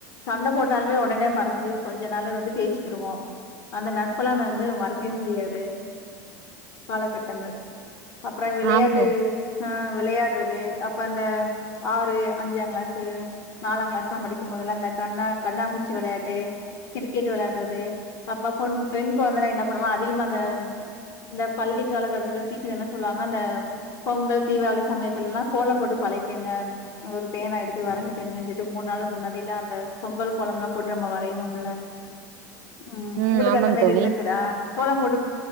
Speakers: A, on the left (about 65°); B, on the right (about 70°).
A: சண்ட போட்டாலுமே உடனே மறஞ்சு கொஞ்ச நாளே வந்து பேசிக்கிருவோ அந்த நட்பலா வந்து மறக்கவே முடியாது காலகட்டங்கள் அப்றோ விளையாட்டு
B: ஆமா
A: அ விளையாடுறது அப்ப அந்த ஆறு அஞ்சாங் கிளாஸு நாலாங் கிளாஸு நா படிக்கும்போதுலா இந்த கண்ணா கண்ணாமூச்சி வெளயாட்டு கிரிக்கெட் வெளயாடுறது அப்பப்பொன் பெண் கொழந்தன்னா என்ன பண்ணுவோ அதிகமா இந்த பள்ளி காலகட்டதுல டீச்சர் என்ன சொல்லுவாங்கனா இந்த பொங்கல் தீவாளி சமயத்துலலா கோலம் போட்டு பழக்கிகங்க ஒரு பேனா எடுத்து வரஞ்சிக்கங்கன் சொல்லிட் மூன் நாலா முன்னாடிலா அந்த பொங்கல் கோலம்லா போட்டு நம்ம வரைவோம்ல உம்
B: ம்
A: உங்களுக்கு
B: ஆமாம்
A: அந்த மாரி
B: தோழி
A: இருந்துருக்குதா கோலம் போட்டு